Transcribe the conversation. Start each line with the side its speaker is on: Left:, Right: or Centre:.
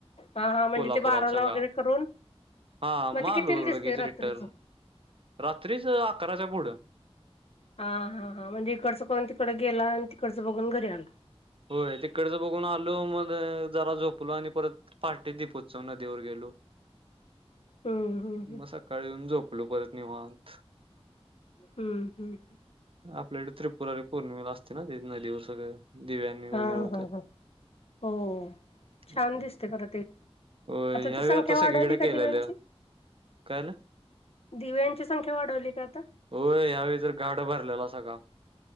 Left: हा हा, म्हणजे
Right: कोल्हापुरात
Left: ते बाराला
Right: सगळा
Left: वगैरे करून
Right: हा मग
Left: ते कितीला
Right: आलू
Left: दिसते
Right: लगेच
Left: रात्रीचं
Right: रिटर्न, रात्रीच अकराच्या पुढं
Left: हा हा हां,, म्हणजे इकडचं कोण तिकड गेला आणि तिकडचं बघून घरी आलं.
Right: होय तिकडचं बघून आलो. म जरा झोप पुढे आणि परत पार्टी दीप उत्सव नदीवर गेलो.
Left: हम्म हम्म हम्म
Right: म, सकाळी येऊन झोपलो परत निवांत.
Left: हम्म, हम्
Right: आपल्याकडे त्रिपुरारी पौर्णिमेला असते ना ते, नदीवर सगळं दिव्यांनी उजळवतात.
Left: हा हा हा हो, छान
Right: असं.
Left: दिसते खरं ते
Right: होय या्यावेळी
Left: ती संख्या
Right: आता
Left: वाढवली
Right: सगळीकडे
Left: का
Right: केलेलं.
Left: दिव्यांची
Right: काय न झालं?
Left: दिव्यांची संख्या वाढवली का आता?
Right: होय, यावेळी तर घाट भरलेला सगळा.